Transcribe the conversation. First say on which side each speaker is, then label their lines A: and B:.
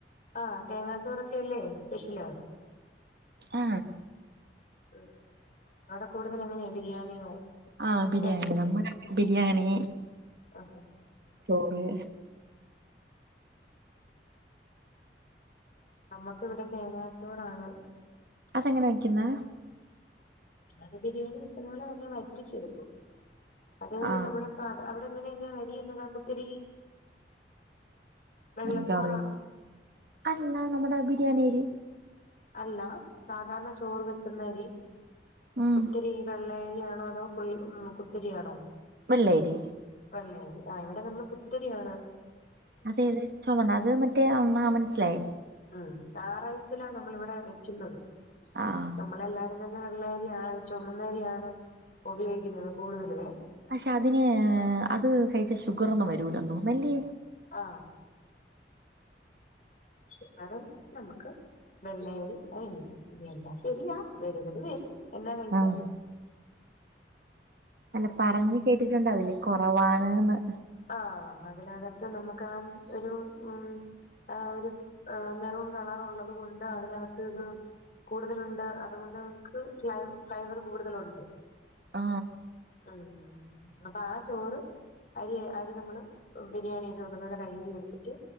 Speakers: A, on the left; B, on the right.
A: ആ തേങ്ങാച്ചോറൊക്കെല്ലേ സ്പെഷ്യലാ
B: ആ
A: ഉം അവിടെ കൂടുതൽ എങ്ങനെയാ ബിരിയാണിയോ
B: ആ ബിരിയാണി
A: തേങ്ങ
B: നമ്മുടെ ബിരിയാണി
A: ആഹാ
B: ചോറ്
A: നമക്ക് ഇവിടെ തേങ്ങാച്ചോറാണ്
B: അതെങ്ങനെ വക്കുന്ന
A: അത് ബിരിയാണി വെക്കുന്ന പോലെ തന്നെ വറ്റിച്ചെടുക്കും അത്
B: ആഹ്
A: നമ്മുടെ സാധ അ എങ്ങനെെ അരിയന്നതാ കുത്തിരി വെള്ളച്ചോറാണോ
B: എ കറി അല്ല നമ്മടെ ബി ണരി
A: അല്ല സാധാരണ ചോറ് വെക്കുന്നരി
B: ഉം
A: ഒത്തിരി വെള്ളയ കുരിയാണോ അതോ കു ഉം കുത്തിരിയാണോ
B: വെള്ളേരി
A: ല്ലരി ആ് ഇവിടെ നമ്മള് കുത്തരിയാണ്
B: അതെ അതെ ചുമന്ന അത് മറ്റേ ആ മനസ്സിലായി
A: ഉം ആറൈസിലാ നമ്മൾ ഇവിടെ വെക്കുന്നത്
B: ആഹ്
A: നമ്മളെല്ലാ അ തന്നെ വെള്ളരിയാണ് ചുമന്നരിയാണ് ഉപയോഗിക്കുന്നത് കൂടുതലേ ഉം
B: പക്ഷെ അതിന് അത് കഴിച്ച ഷുഗർന്നും വരൂലന്നു തോന്നു അല്ലേ
A: ആ ഷുഗറും നമുക്ക് വെള്ളയരി അല്ല ഇല്ല ശരിയാ വരുന്നത് വരും എന്നന്താ കഴിച്ചാലും
B: ആഹ് അല്ല പറഞ് കേട്ടിട്ടുണ്ട് അതില് കുറവാണ്ന്ന്
A: ആ അതിനകത്ത് നമുക്ക് ആ ഒരു ഉം ആ ഒരു മെറൂൺ കളർ ഉള്ളത് കൊൊണ്ട് അതിനകത്ത് ഇത് കൂടുതലുണ്ട് അതുകൊണ്ട് നമുക്ക് ഫ്ലൈ ഫൈബർ കൂടുതലുണ്ട്
B: ആ
A: ഉം അപ്പൊ ആ ചോറ് പരി കാര്യം നമ്മള് ബിരിയാണി ചെയത് വെക്കുന്നലെ കഴുകി എടുത്തിട്ട്